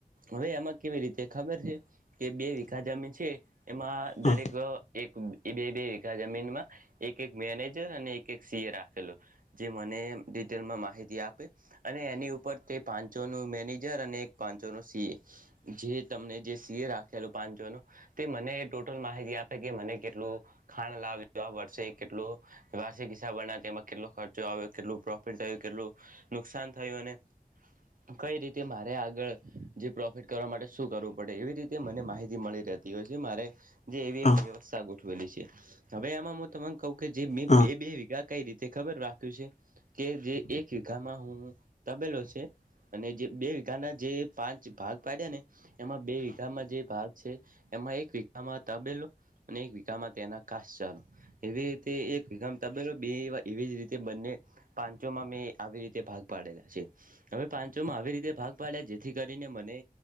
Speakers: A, on the right; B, on the left.
A: હવે એમાં કેવી રીતે ખબર છે કે બે વીઘા જામીન છે. એમાં દરેક
B: હ હ
A: - એક બે બે વીઘા જમીનમાં એક એક મેનેજર અને એક એક સીએ રાખેલો. જે મને ડિટેલમાં માહિતી આપ- અને એની ઉપર તે પાંચો નો મેનેજર અને એક પાંચો નો સીએ. જે તમને જે સીએ રાખેલો પાંચો નો. તે મને ટોટલ માહિતી આપે કે, મને કેટલું ખાણ લાવું પડશે વરસે કેટલુ- વાર્ષિક હિસાબ બનાવે, તેમાં કેટલો ખર્ચો આવ્યો કેટલું પ્રોફિટ થયું કેટલું- - નુકસાન થયું, અને- કઈ રીતે મારે આગળ જે પ્રોફિટ કરવા માટે શું કરવું પડે એવી રીતે મને માહિતી મળી રહે. દિવસે મારે, જે એવી
B: હ
A: એક વ્યવસ્થા ગોઠવેલી છે, હવે આમા મુ તમન કહું કે, જે બે-બે
B: હ
A: વિઘા- કઈ રીતે ખબર રાખ્યું છે. કે જે એક -- આમાં હું તબેલો છે. અને જે બે વીઘાના જે પાંચ ભાગ પાડ્યા ને - એમાં બે વિઘામાં જે ભાગ -- છે એમાં એક વામાં તબેલો અને એક વીઘામાં તેના ઘાસચારો. એવી રીતે એક વીઘા મા તબેલો, બે એવી જ રીતે બંને પાંચોમાં મે - આવી રીતે ભાગ પાડેલા છે. હવે પાંચોમાં આવી રીતે ભાગ પાડ્યા જેથી કરીને મને